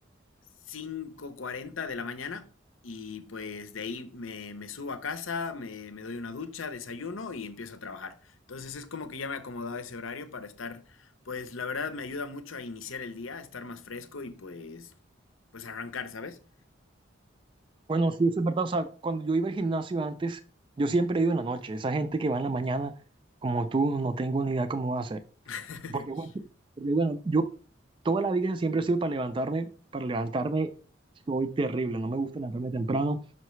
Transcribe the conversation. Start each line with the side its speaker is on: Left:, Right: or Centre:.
Left: cinco cuarenta de la mañana y pues de ahí me, me subo a casa, me, me doy una ducha, desayuno y empiezo a trabajar. Entonces es como que ya me he acomodado a ese horario para estar, pues la verdad me ayuda mucho a iniciar el día, a estar más fresco y pues, pues arrancar, ¿sabes?
Right: Bueno, sí, eso es verdad. O sea, cuando yo iba al gimnasio antes, yo siempre he ido en la noche. Esa gente que va en la mañana, como tú, no tengo ni idea cómo hace.
Left: <laughs>
Right: Porque bueno, <laughs> porque, bueno, yo toda la vida siempre he sido para levantarme. Para levantarme soy terrible. No me gusta levantarme temprano.